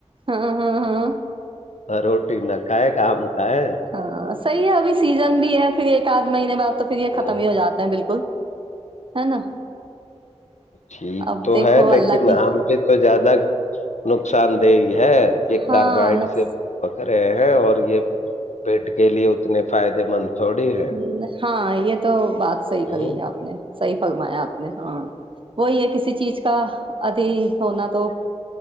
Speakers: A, on the right; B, on the left.
A: ہاں ہاں ہاں
B: روٹی نہ کائے کہ کیا ہے
A: ہاں صحیح ہے ابھی سیزن بھی ہے پھر ایک آدھ مہینے بعد تو پھر یہ
B: ہوں،
A: ختم ہی ہو جاتا ہے بالکل ہے نا
B: ٹھیک
A: اب
B: تو
A: دیکھو
B: ہے لیکن
A: اللہ کی
B: آم بھی تو زیادہ نقصان دہ ہے کہ
A: ہاں
B: کاربوائڈ
A: نقص
B: سے پکڑ ہے اور یہ پیٹ کے لیے اتنے فائدے مند تھوڑی ہے
A: ہ ہاں یہ تو بات صحی
B: ہ
A: کری ہے آپ نے صحیح فرمایا آپ نے ہاں وہی ہے کسی چیز کا ادھی ہونا تو